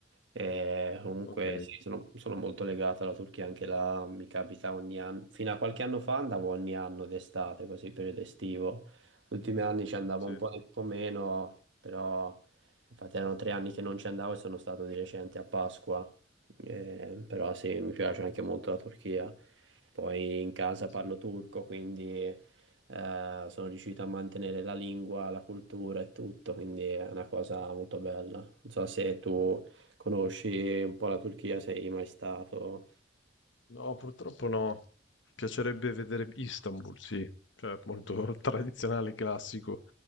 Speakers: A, on the right; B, on the left.
A: E comunque
B: ok.
A: sì, sono, sono molto legato alla Turchia, anche là mi capita ogni anno. Fino a qualche anno fa andavo ogni anno d'estate, così periodo estivo. Gli ultimi anni ci andavo
B: Sì,
A: un po', un po' meno, però infatti erano tre anni che non ci andavo e sono stato di recente a Pasqua. Eh, però sì, mi piace anche molto la Turchia. Poi in casa
B: sì.
A: parlo turco, quindi eh, sono riuscito a mantenere la lingua, la cultura e tutto, quindi è una cosa molto bella. Non so se tu conosci un po' la Turchia, sei mai stato.
B: No, purtroppo no. Piacerebbe vedere Istanbul, sì, cioè molto <laughs> tradizionale, classico.